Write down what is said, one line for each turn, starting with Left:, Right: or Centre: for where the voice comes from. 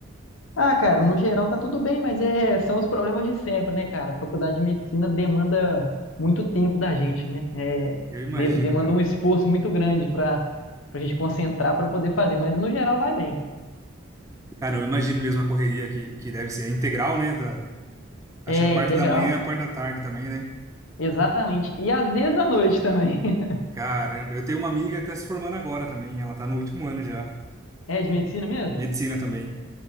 Left: Ah, cara, no geral tá tudo bem, mas é, são os problemas de sempre, né, cara? A faculdade de medicina demanda muito tempo da gente, né? É,
Right: Eu imagino,
Left: de- demanda
Right: cara.
Left: um esforço muito grande pra, pra gente concentrar pra poder fazer, mas no geral vai bem.
Right: Cara, eu imagino mesmo a correria que, que deve ser a integral, né? Da, acho
Left: É,
Right: que a parte
Left: integral.
Right: da manhã e a parte da tarde também, né?
Left: Exatamente. E às vezes à noite também. <laughs>
Right: Caramba, eu tenho uma amiga que tá se formando agora também, ela tá no último ano já,
Left: É de medicina mesmo?
Right: medicina também.